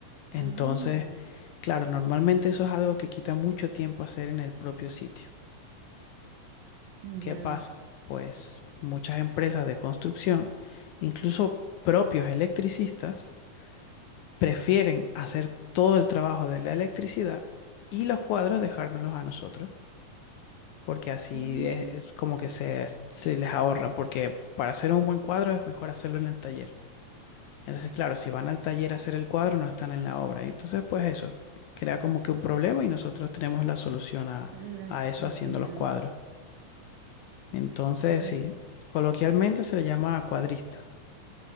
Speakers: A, on the left; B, on the right.
A: Entonces,
B: Ah,
A: Claro, normalmente eso es algo que quita mucho tiempo hacer en el propio sitio. ¿Qué
B: ya.
A: pasa? Pues muchas empresas de construcción, incluso propios electricistas, prefieren hacer todo el trabajo de la electricidad y los cuadros dejárnoslos a nosotros, porque así
B: Mm,
A: es, es como que se, se les ahorra, porque para hacer un buen cuadro es mejor hacerlo en el taller. Entonces, claro, si van al taller a hacer el cuadro, no están en la obra. Y entonces, pues eso, crea como que un problema y nosotros tenemos la solución a,
B: la-
A: a eso haciendo
B: ya.
A: los cuadros. Entonces,
B: Ya.
A: sí, coloquialmente se le llama cuadrista.